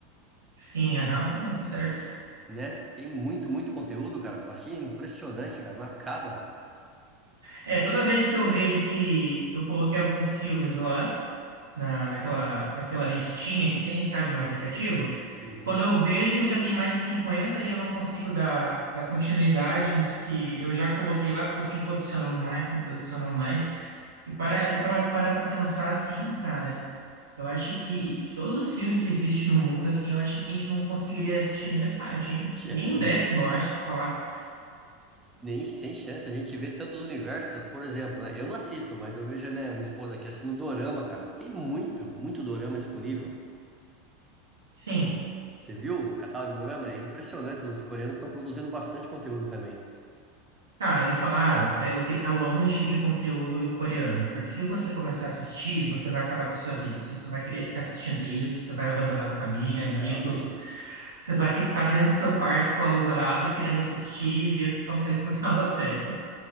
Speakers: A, on the right (about 75°); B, on the right (about 15°).
A: Sim,
B: Sim.
A: aham, tá, não, tá certo.
B: né? Tem muito, muito conteúdo, cara. pra assistir, é impressionante, cara. Não acaba.
A: É, toda vez que eu vejo que eu coloquei alguns filmes lá, na, naquela, naquela listinha que tem, sabe, no aplicativo,
B: Uhum.
A: quando eu vejo, já tem mais de 50 e eu não consigo dar, dar continuidade nos que eu já coloquei lá, porque eu sempre tô adicionando mais, sempre tô adicionando mais. E para, e para parar para pensar assim, cara. Eu acho que de todos os filmes que existem no mundo, assim, eu acho que a gente não conseguiria assistir nem metade, hein?
B: Tchê,
A: Nem um décimo,
B: nem,
A: eu acho, pra falar.
B: nem sem chance. A gente vê tantos universos, por exemplo, né? Eu não assisto, mas eu vejo, né, minha esposa aqui assistindo Dorama, cara. Tem muito, muito Dorama disponível.
A: Sim,
B: Você viu o catálogo do Dorama? É impressionante. Os coreanos estão produzindo bastante conteúdo também.
A: cara, me falaram pra eu ficar longe de conteúdo coreano, porque se você começar a assistir, você vai acabar com a sua vida. Você você vai querer ficar assistindo isso, você vai abandonar a família, amigos,
B: Não, imagina.
A: você vai ficar dentro do seu quarto clausurado, querendo assistir e ver o que acontece no <laughs> final da série.